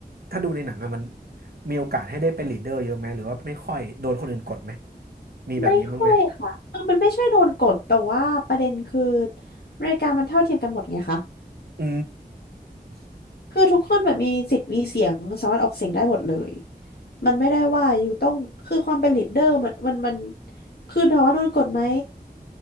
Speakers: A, on the right; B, on the left.
A: ถ้าดูในหนังอะมันมีโอกาสให้ได้เป็นลีดเดอร์เยอะไหมหรือว่าไม่ค่อยโดนคนอื่นกดไหมมีแบบนี้บ้างไหม
B: ไม่ค่อยค่ะคือมันไม่ใช่โดนกดแต่ว่าประเด็นคืออเมริกามันเท่าเทียมกันหมดไงคะ
A: อืม
B: คือทุกคนแบบมีสิทธิ์มีเสียงสามารถออกเสียงได้หมดเลยมันไม่ได้ว่าอยู่ต้องคือความเป็นลีดเดอร์มันมันมันคือถามว่าโดนกดไหม